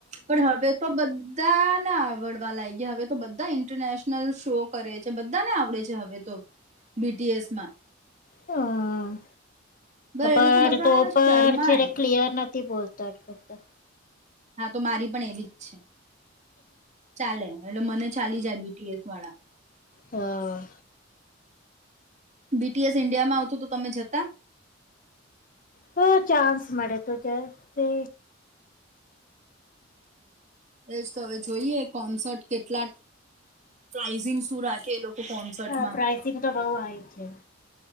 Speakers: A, on the right; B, on the left.
A: પણ હવે તો બધા આવડવા લાગ હવે તો બધા ઇન્ટરનેશનલ શો કરે છે બધાને આવડે છે હવે તો બીટીએસમાં.
B: હમ
A: બર
B: પણ
A: એ લોકો બધા
B: તો
A: શર્માય
B: પણ છે ક્લિયર નથી બોલતા ઉતાર કરતા.
A: હા તો મારી પણ એવી. ચાલે એટલે મને ચાલી જાય બીટીએસ વાળા.
B: હા
A: બીટીએસ ઇન્ડિયામાં આવતું તો તમે જતા
B: તો ચાન્સ મળે તો જશે.
A: એજ તો હવે જોઈએ કોન્સર્ટ કેટલા પ્રઝિંગ શું રાખે એ લોકો. કોન્સર્ટમાં
B: હા પ્રઇસિંગ તો બહુ હાય છે.